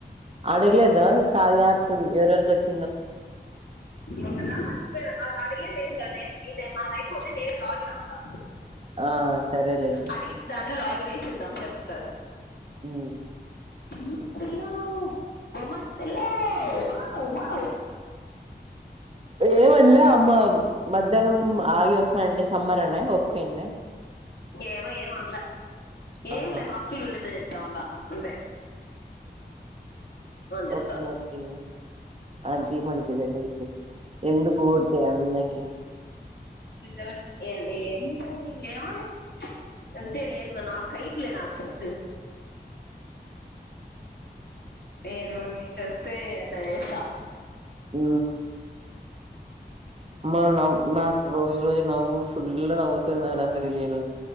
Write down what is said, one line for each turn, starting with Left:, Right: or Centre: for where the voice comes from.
Right: అడిగెదా కార్య యాపు ఎవరెవరికొచ్చి
Left: ఒకదా మరిచి పేనా అది అడిగేదెంల నేను ఇదే నాదయిపోతే నేనే లాగినవుతా
Right: ఆ సరేలే
Left: అడిగి దాంట్లో లాగిన్ అయి చూద్దాం సరిపో సరే
Right: ఉ
Left: ఇత్తులు మ మత్తలో వా వా
Right: ఏమాన్లె అమ్మ మధ్యాహ్నం ఆగి వస్తానంటే సమ్మరణ ఒకే అయిందా.
Left: ఏమో ఏమన్ల ఏం
Right: ఆహా
Left: లే హాస్టల్ లూడింద జే చ వల్ల ఉంటాయి చెప్తా
Right: ఓకే ఓకే అది మంచిదేలే ఊకె ఎందుకూరికె ఎండకి
Left: నిజమే ఎండీ ఏంటది ఏమోలే అంతే నేను నాకైపులే నాకు ఫస్ట్ ఏది కూడా వీట్ వస్తే అట జేస్తా
Right: ఊ మా నవ్ నాకు రోజు రోజు నవ్వు ఫుల్ నవ్వుతున్నా లహరి నేను